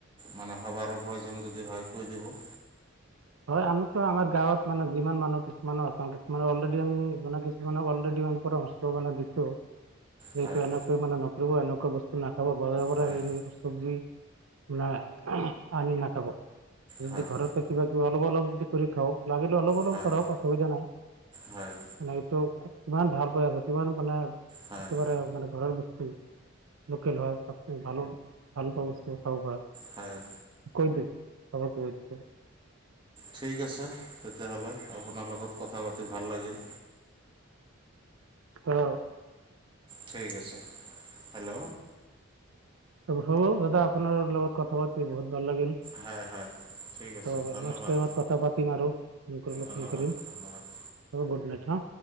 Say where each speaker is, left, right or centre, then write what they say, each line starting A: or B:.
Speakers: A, on the right (about 25°); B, on the right (about 75°).
A: মানে সবাৰো প্ৰয়োজন যদি হয় কৈ দিব। অ।
B: হয় আমিতো আমাৰ গাঁৱত মানে যিমান মানুহ পিছ। মান আচান কিছুমানে অলৰেড আমি মানে কিছুমানক অলৰেড আমি পৰামৰ্শ মানে দিছো। সেইটো
A: হয়,
B: এনেকৈ মানে নকৰিব এনেকুৱা বস্তু নাখাবা বজাৰৰ পৰা
A: হয়,
B: এনে চব্জি। মানে আনি নাখাব যদি
A: হয়,
B: ঘৰতে কিবা। অলপ অলপ যদি কৰি খাওক লাগিলে অলপ অলপ
A: হয়,
B: কৰক অসুবিধা নাই।
A: হয়,
B: মানে এইটো কিমান ভাল প্ৰয়াস আছে কিমান মানে।
A: হয়,
B: একেবাৰে মানে ঘৰৰ বস্তু। লোকেল হয় সব ভাল ভাল বস্তু খাব পৰা।
A: হয়।
B: কৈদে চব কৰি দিছে
A: ঠিক আছে তেতিয়াহ'লে আপোনাৰ লগত কথা পাতি ভাল লাগিল।
B: অহ
A: ঠিক আছে। হেল্ল'।
B: ত হ'ব দাদা আপোনাৰ লগত কথা পাতি বহুত ভাল লাগিল।
A: হয় হয়। ঠিক আছে
B: ত
A: ধন্যবাদ,
B: নেক্স টাইমত কথা পাতিম আৰু ফোন কৰিলে
A: ধন্যবাদ,
B: ফোন কৰিম।
A: ধন্যবাদ।
B: অ গুড নাইট হা।